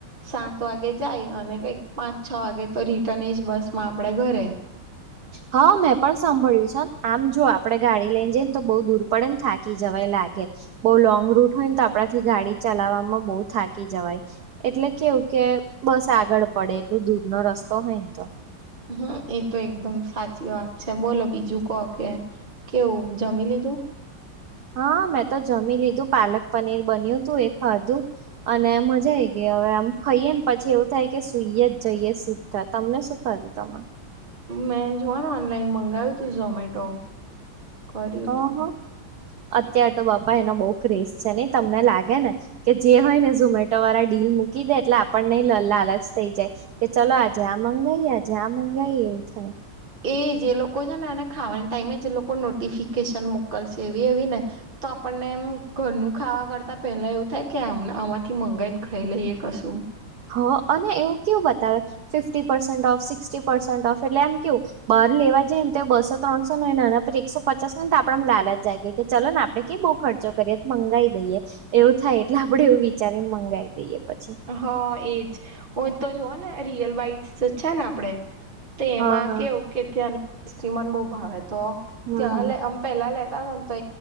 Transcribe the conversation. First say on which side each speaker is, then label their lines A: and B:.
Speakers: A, on the right; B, on the right.
A: સાત વાગે જાય અને કઈક પાંચ છ વાગે તો રિટર્ન એજ બસ માં આપડે ઘરે.
B: હા મેં પણ સાંભળ્યું છે ને આમ જો આપડે ગાડી લઈ જઈને તો બહુ દૂર પડે ને થાકી જવાય લાગે બઉુ લોંગ રૂટ હોય ને તો આપણાથી ગાડી ચલાવવામાં બહુ થાકી જવાય. એટલે કેવું કે બસ આગળ પડે એટલું દૂર નો રસ્તો હોય ને તો.
A: હમ એ તો એકદમ સાચી વાત છે બોલો બીજું કો કે કેવું જમી લીધું.
B: હા મેં તો જમી લીધું પાલક પનીર બન્યું તું એ ખાધું. અને મજા આઈ ગઈ હવે આમ ખાઈએ ને પછી એવું થાય કે સુઈએ જ જઈએ સી. તમને શું ખાધું તમે.
A: મેં જોવાનું ઓનલાઈન મંગાવ્યું હતું ઝોમેટો. કર્યું
B: ઓહ
A: તું
B: અત્ય્યારે તો બાપા એનો બહ ક્રિઝ છે નઈ તમને લાગે ને. કે જે હોય ને ઝોમેટો વાળા ડીલ મૂકી દે એટલે આપણને લાલ જ થઈ જાય. કે ચલો આ જ્યાં મંગાવી આજ્યાં મંગાવાય એવું થાય.
A: એ જે લોકો છે ને એને ખાવાની ટાઈઇમે જે લોકો નોટિફિકેશન મોકલશે એવી એવી ને તો આપણને એમ ઘરનું ખાવા કરતા પહેલા એવું થાય કે આમ આમાંથી મંગાવાઈને ખાઈ લઈએ કશું.
B: હ અને એવું કેયું બતાવે fifty percent of sixty percent of એટલે એમ કેવું બાર લેવા જઈ ને તો બસો ત્રણસો ન હોય ને આનપર એકસો પચાસ ન હોયને તો આપડે લાલચ જાગે. કે ચલો ને આપડણે કે બઉુ ખર્ચો કરીએ મંગાવી દઈએ એવું થાય એટલે આપડે એવું વિચારી ને મંગાવી જઈએ પછી.
A: હા એજ હું તો જોવ ને રિયલ બાઈટ્સ છે ને આપણેે તે
B: હા
A: એમાં
B: હા
A: કેવું કે ત્યાં હિસ્ટ્રી મ બહુ ભાવે તો
B: હમ
A: ત્યાં
B: હમ
A: એટ અમ. પહેલા લેતા હતા ને તો